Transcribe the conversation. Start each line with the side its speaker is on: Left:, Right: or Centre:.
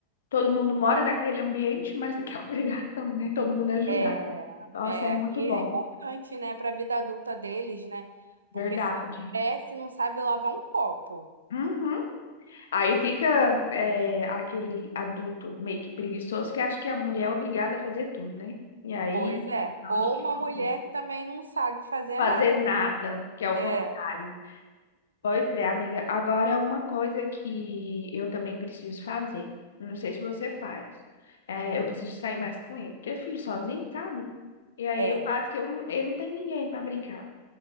Left: todo mundo mora naquele ambiente, mas do que é <laughs> obrigação, né? Todo mundo ajudar.
Right: É,
Left: Nossa,
Right: é,
Left: é muito
Right: e
Left: bom.
Right: é importante, né, para a vida adulta deles, né?
Left: Verdade.
Right: Porque se não cresce, não sabe lavar um copo.
Left: Uhum. Aí fica é, aquele adulto meio que preguiçoso que acha que a mulher é obrigada a fazer tudo, né? E aí,
Right: Pois é.
Left: aonde
Right: Ou
Left: que
Right: uma
Left: é conflito?
Right: mulher que também não sabe fazer
Left: Fazer
Right: nada,
Left: nada,
Right: né?
Left: que é o
Right: É,
Left: contrário. Pois é, amiga. Agora é uma coisa que eu também preciso fazer. Não sei se você faz. É, eu preciso sair mais com ele, porque é filho sozinho, sabe? E aí
Right: é.
Left: eu quase que eu não, ele não tem ninguém para brincar,